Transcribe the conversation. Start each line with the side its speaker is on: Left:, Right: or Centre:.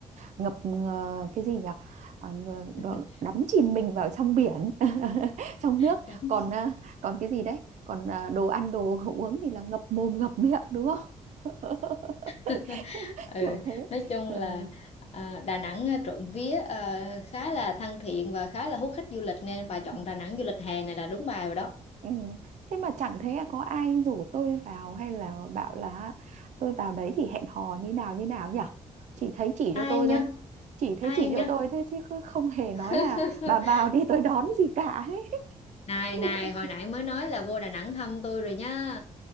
Right: ngập ngờ- cái gì nhỉ à,
Left: <laughs>
Right: đắm chìm mình vào trong biển <laughs> trong nước
Left: đúng
Right: còn à, còn cái gì đấy còn à, đồ ăn đồ <laughs> uống thì là ngập mồm ngập miệng đúng không <laughs>
Left: <laughs> ừ
Right: kiểu thế
Left: nói chung
Right: rồi
Left: là à, Đà Nẵng à, trộm vía à, khá là thân thiện và khá là hút khách du lịch nên bà chọn
Right: ừ.
Left: Đà Nẵng du lịch hè này là đúng bài rồi đó
Right: Ừ. thế mà chẳng thấy có ai rủ tôi vào hay là bảo là tôi vào đấy thì hẹn hò như nào như nào nhỉ chỉ thấy chỉ cho
Left: ai
Right: tôi thôi
Left: nhá
Right: chỉ thấy
Left: ai
Right: chỉ cho
Left: nhá
Right: tôi thế chứ không hề nói
Left: <laughs>
Right: là bà vào đi tôi đón gì cả ấy
Left: này
Right: <laughs>
Left: này hồi nãy mới nói là vô Đà Nẵng thăm tôi rồi nhá